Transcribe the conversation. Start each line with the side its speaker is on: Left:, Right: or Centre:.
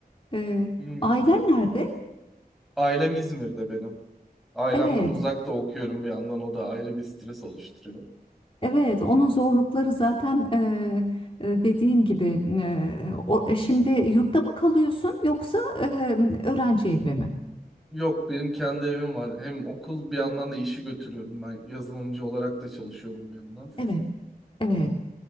Left: E,
Centre: Hmm.
Left: ailen nerede?
Centre: Ailem İzmir'de benim. Ailemden
Left: Evet,
Centre: uzakta okuyorum bir yandan o da ayrı bir stres oluşturuyor.
Left: evet. Onun zorlukları zaten e, e, dediğin gibi. e, o, e, şimdi yurtta mı kalıyorsun yoksa e, öğrenci evi mi?
Centre: Yok benim kendi evim var. Hem okul bir yandan da işi götürüyorum ben. Yazılımcı olarak da çalışıyorum bir yandan.
Left: Evet. Evet.